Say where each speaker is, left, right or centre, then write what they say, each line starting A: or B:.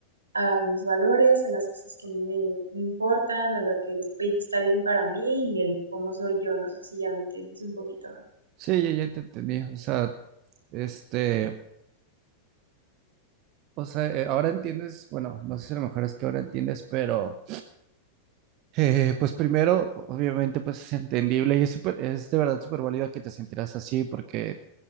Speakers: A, on the right (about 80°); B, on the right (about 40°).
A: a mis valores, a las cosas que a mí me, me importan, a lo que después está bien para mí y el cómo soy yo, no sé si ya me entiendes un poquito más.
B: Sí, ya, ya te entendí. O sea, este, o sea, eh, ahora entiendes, bueno, no sé si a lo mejor es que ahora entiendes, pero eh, pues primero, obviamente, pues es entendible y es súper, es de verdad súper válido que te sentirás así porque,